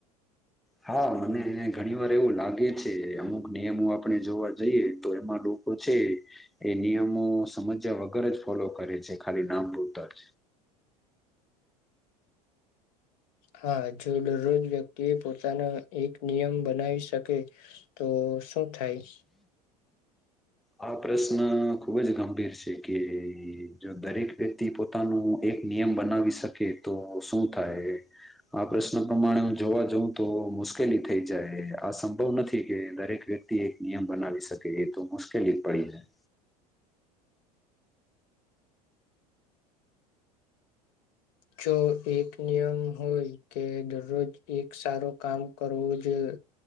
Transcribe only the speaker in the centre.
હા મને એ ઘણી વાર એવું લાગે છે અમુક નિયમો આપણે જોવા જઈએ તો એમાં લોક કો છે એ નિયમો સમજ્યા વગર જ ફોલો કરે છે ખાલી નામ પૂરતાજ.
આ પ્રશ્ન ખુબ જ ગંભીર છે કે જો દરેક વ્યક્તિ પોતાનું એક એ નિયમ બનાવી શકે તો શું થાય એ? આ પ્રશ્ન પ્રમાણે હું જોવા જઉં તો મુશ્કેલી થઈ જાય આ સંભવ નથી કે દરેક વ્યક્તિ એક નિયમ બનાવી શકે એ તો મુશ્કેલી પડી જાય.